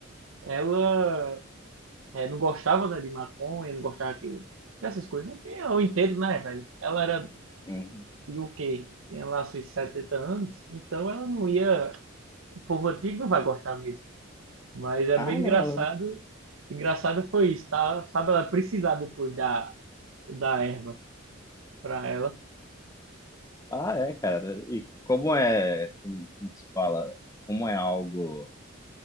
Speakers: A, on the right; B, on the left.
A: ela é, não gostava, né, de maconha, não gostava que, dessas coisas, né? Que eu entendo, né, velho? Ela era
B: Uhum.
A: de o quê? Tinha lá seus 70 anos. Então ela não ia. O povo antigo não vai gostar mesmo. Mas é
B: Ah,
A: bem
B: não,
A: engraçado.
B: eu-
A: Engraçado foi isso, tá? Sabe, ela precisar depois da, da erva pra ela.
B: ah, é, cara. E como é, como se fala, como é algo